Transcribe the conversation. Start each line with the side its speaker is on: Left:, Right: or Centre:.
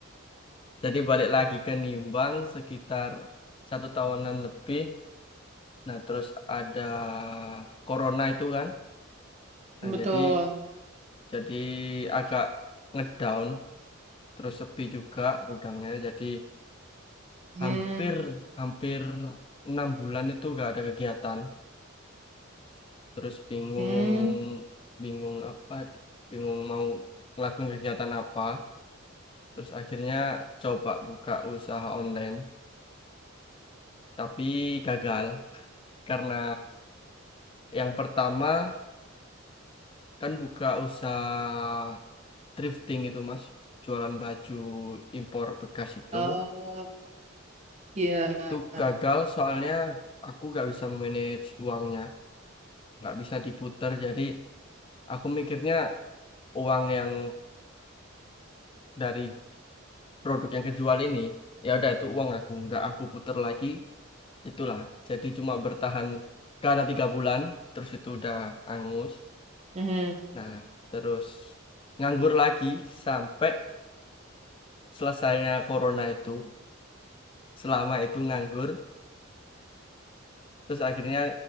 Left: Jadi balik lagi ke Nimbang sekitar satu tahunan lebih. Nah, terus ada Corona itu kan. Nah,
Right: betul.
Left: jadi jadi agak ngedown, terus sepi juga gudangnya. Jadi
Right: Hmm,
Left: hampir hampir enam bulan itu nggak ada kegiatan. terus bingung
Right: hmm.
Left: bingung apa bingung mau ngelakuin kegiatan apa terus akhirnya coba buka usaha online tapi gagal karena yang pertama kan buka usaha thrifting itu mas jualan baju impor bekas itu
Right: Oh, iya.
Left: tuh gagal soalnya aku nggak bisa manage uangnya nggak bisa diputar jadi aku mikirnya uang yang dari produk yang kejual ini ya udah itu uang aku nggak aku puter lagi itulah jadi cuma bertahan karena tiga bulan terus itu udah angus
Right: Mhm.
Left: nah terus nganggur lagi sampai selesainya corona itu selama itu nganggur terus akhirnya